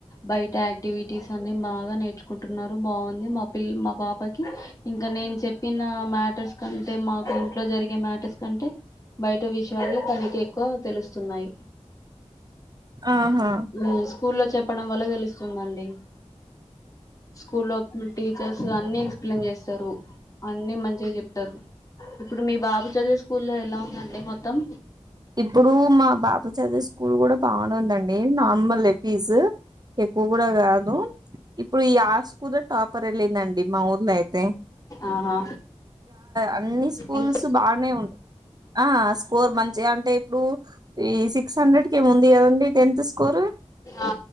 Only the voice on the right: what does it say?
ఆహా
ఇప్పుడు మా బాబు చదివవి స్కూల్ కూడా బాగునుందండి నార్మల్ ఫీజు ఎక్కువ కూడా కాదు ఇప్పుడు ఈ ఆ స్కూలు టాపర్ వెళ్ళిందండి మా ఊర్లో అయితే
అన్ని స్కూల్స్
బాగానే ఉన్ ఆ స్కోర్ మంచిగా అంటే ఇప్పుడు ఈ సిక్స్ హండ్రెడ్ కే ఏముంది కదండి టెన్త్ స్కోర్